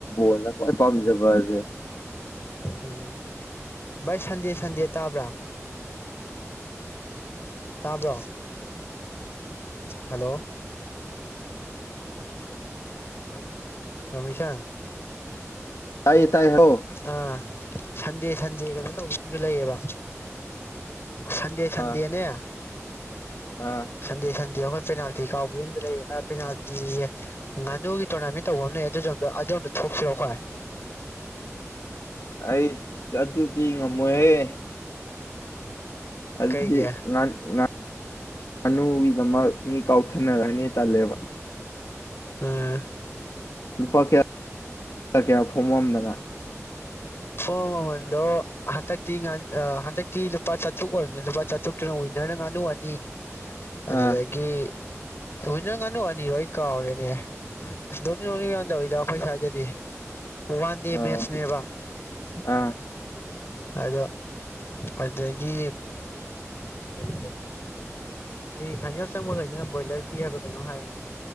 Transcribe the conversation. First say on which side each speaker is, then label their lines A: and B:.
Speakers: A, on the left; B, on the left.
A: ꯣꯅ ꯈ꯭ꯋꯥꯏ ꯄꯥꯝꯖꯕ ꯑꯁꯦ
B: ꯎꯝ ꯚꯥꯏ ꯁꯟꯗꯦ ꯁꯟꯗꯦ ꯇꯥꯕ꯭ꯔꯥ ꯇꯥꯕ꯭ꯔꯣ ꯍꯜꯂꯣ
A: ꯎ
B: ꯔꯃꯤꯁꯥꯟ
A: ꯇꯥꯏꯌꯦ ꯇꯥꯏ ꯍꯥꯏꯔꯛꯑꯣ
B: ꯑꯥ ꯁꯟꯗꯦ ꯁꯟꯗꯦ ꯀꯩꯅꯣ ꯇꯧꯕ ꯑꯃꯁꯨ ꯂꯩꯌꯦꯕ ꯁꯟꯗꯦ ꯁꯟꯗꯦꯅꯦ
A: ꯑꯥ ꯑꯥ
B: ꯁꯟꯗꯦ ꯁꯟꯗꯦ ꯑꯩꯈꯣꯏ ꯄꯦꯅꯥꯜꯇꯤ ꯀꯥꯎꯕ ꯑꯃꯁꯨ ꯂꯩ ꯄꯦꯅꯥꯜꯇꯤ ꯏ ꯉꯥꯟ ꯍꯒ ꯇꯣꯅ ꯃꯤ ꯟꯅ ꯑꯦ ꯑꯗꯨꯣ ꯑꯗꯨ ꯊꯣꯛꯣꯛꯁꯤꯔꯀꯥꯏ
A: ꯑꯩ ꯆ ꯑꯗꯨ <unintelligible> ꯃꯑꯦ ꯑꯗꯨꯗꯤ
B: ꯀꯩꯒꯤ
A: ꯉꯥꯟ ꯉꯥꯅꯨꯒꯤꯗꯃ ꯃꯤ ꯀꯥꯎꯊ ꯅꯒꯥꯅꯤ ꯇꯜꯂꯦꯕ
B: ꯑ
A: ꯂꯨꯄꯥ ꯀꯌꯥ ꯀꯌꯥ ꯐꯣꯡꯃꯝꯗꯅ
B: ꯐꯣꯝ ꯃꯃꯜꯗꯣ ꯍꯟꯗꯛꯇꯤ ꯍꯟꯗꯛꯇꯤ ꯂꯨꯄꯥ ꯆꯥꯇ꯭ꯔꯨꯛ ꯑꯣꯏꯕꯅꯤꯅ ꯂꯨꯄꯥ ꯆꯥꯇ꯭ꯔꯨꯛꯇꯅ ꯋꯤꯟꯅꯔꯅ ꯉꯥꯅꯨ ꯑꯅꯤ ꯑꯗꯨꯗꯒꯤ
A: ꯑꯥ
B: ꯍꯣꯏ ꯅꯪ ꯉꯥꯅꯨ ꯑꯅꯤꯔꯣꯏ ꯀꯥꯎꯔꯦꯅꯦ ꯑꯁ ꯅꯗꯧꯔ ꯑꯩꯈꯣꯏ ꯁ꯭ꯋꯥꯏꯗ <unintelligible> ꯑꯦ ꯋꯥꯟ ꯗꯦ
A: ꯑꯥ
B: ꯃꯦꯠꯆꯅꯦꯕ
A: ꯑꯥ
B: ꯑꯗꯣ ꯑꯗꯨꯗꯒꯤ ꯀꯔꯤ ꯀꯔꯤ ꯁꯤ ꯐꯥꯏꯅꯦꯜ ꯆꯪꯕꯈꯩꯗꯨꯅ ꯕꯣꯏꯂꯔ ꯄꯤ ꯍꯥꯏꯕ ꯀꯩꯅꯣꯝ ꯍꯥꯏꯕꯅꯤ